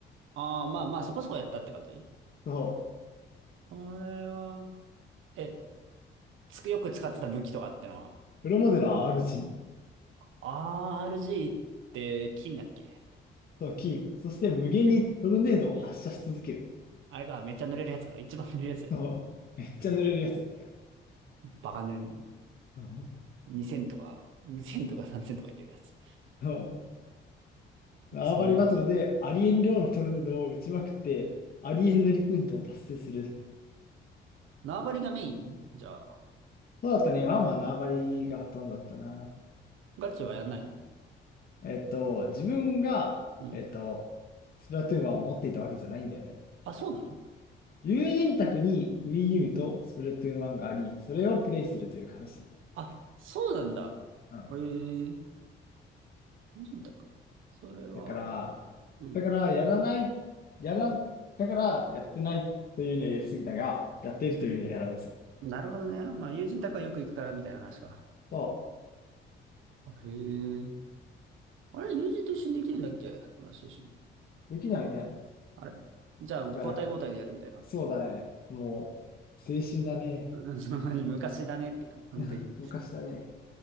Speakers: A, on the right; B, on the left.
A: ああー、まあまあ、そこそこやったって感じ。
B: そう。
A: これは、え、つく、よく使ってた武器とかってのは、
B: プロモデラー RG
A: RG って金だっけ
B: と金、そして無限にトルネードを発射し続ける。
A: あれか、めっちゃ塗れるやつが、一番塗れるやつ。
B: そう。めっちゃ濡れるやつ。
A: バカ塗れる。
B: そう。
A: 2000とか、2000とか3000とかいってるやつ。
B: そう縄張りバトルでありえん量のトルネードを打ちまくって、
A: そのイメージは。
B: ありえん塗りポイントを達成する。
A: 縄張りがメインじゃあ、
B: そうだったね。ワンは縄張りがほとんどだったな。
A: ガチはやんないの
B: えっと、自分が、
A: うん。
B: えっと、スプラトゥーン1を持っていたわけじゃないんだよね。
A: あ、そうなの
B: 友人宅に Wii U とスプラトゥーン1があり、それをプレイするという形なんだ。
A: あ、そうなんだ。
B: うん。
A: ええ友人宅。それは、
B: だから、
A: うん。
B: だから、やらない、やら、だから、やってないというにはやりすぎたが、やっているというにはやらなすぎた。
A: なるほどね。まあ、友人宅はよく行くからみたいな話か。
B: そ
A: あへえ。あれ、友人と一緒にできるんだっけ友達と一緒に。
B: う。できないね。
A: あれじゃあもう交代交代でやるみたいな。
B: だから、そうだね。もう、青春だね。
A: <laughs> うんそのマジ昔だねって感じ、
B: <laughs>
A: 本当に。
B: うん昔だね。